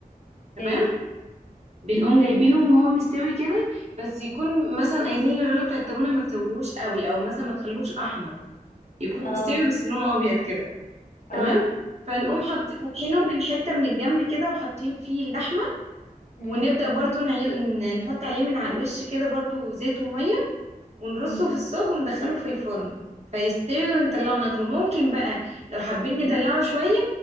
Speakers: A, on the left; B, on the right.
A: اوكي
B: تمام بنقوم جايبينه وهو مستوي كده بس يكون مثلا قايلين للراجل بتاع التابونة ما تسويهوش قوي او مثلا ما تخلوش احمر يكون
A: اه
B: مستوي بس لونه ابيض كده
A: اه
B: تمام فنقوم حط فاتحينه من حتة من الجنب كده وحاطين فيه اللحمة
A: مم.
B: ونبدأ برضو نعي- نحط عليه من على الوش كده برضو زيت ومية ونرصه
A: مم.
B: في الصاج وندخله في الفرن فيستوي ونطلعه ناكله ممكن بقى لو حابين ندلعه شوية